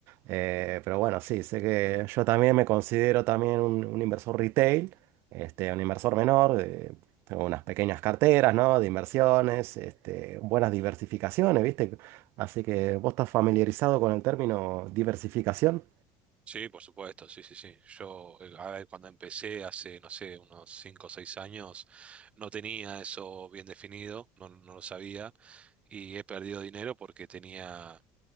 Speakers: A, on the right; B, on the right.
A: Eh, pero bueno, sí, sé que yo también me considero también un, un inversor retail, este, un inversor menor. eh, tengo unas pequeñas carteras, ¿no? De inversiones, este, buenas diversificaciones, ¿viste? Así que vos estás familiarizado con el término diversificación.
B: Sí, por supuesto, sí, sí, sí. Yo, eh, a ver, cuando empecé hace, no sé, unos cinco o seis años, no tenía eso bien definido, no, no lo sabía, y he perdido dinero porque tenía